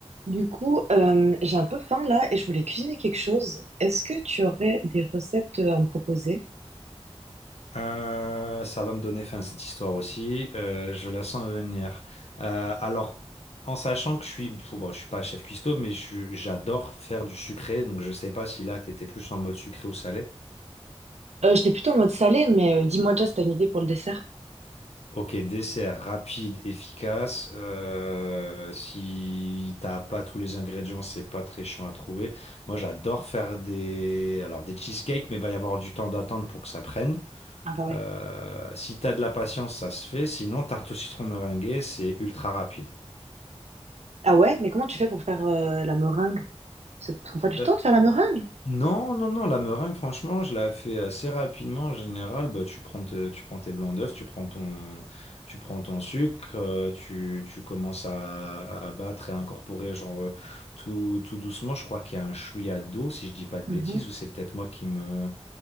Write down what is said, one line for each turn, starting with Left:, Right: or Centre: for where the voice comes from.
Right: Du coup, euh, j'ai un peu faim là et je voulais cuisiner quelque chose. Est-ce que tu aurais des recettes euh, à me proposer?
Left: Euh, ça va me donner fin à cette histoire aussi. Euh, je la sens venir. Euh, alors, en sachant que je suis, pff, bon, je suis pas chef cuistot, mais je suis- j'adore faire du sucré. Donc, je sais pas si là, t'étais plus en mode sucré ou salé.
Right: Euh, j'étais plutôt en mode salé, mais euh, dis-moi déjà si t'as une idée pour le dessert.
Left: Ok, dessert rapide, efficace. Euh, si t'as pas tous les ingrédients, c'est pas très chiant à trouver. Moi, j'adore faire des, alors des cheesecakes, mais il va y avoir du temps d'attente pour que ça prenne.
Right: Ah bah ouais.
Left: Euh, si tu as de la patience, ça se fait. Sinon, tarte au citron meringuée, c'est ultra rapide.
Right: Ah ouais, mais comment tu fais pour faire euh, la meringue? Ça te prend pas du
Left: Euh,
Right: temps de faire la meringue?
Left: non, non, non, la meringue, franchement, je la fais assez rapidement. En général, bah, tu prends, te- tu prends tes blancs d'œufs, tu prends ton, tu prends ton sucre, euh, tu, tu commences à, à battre et à incorporer genre, euh, tout, tout doucement. Je crois qu'il y a un chouïa d'eau, si je dis pas de
Right: Mhm.
Left: bêtises, ou c'est peut-être moi qui me,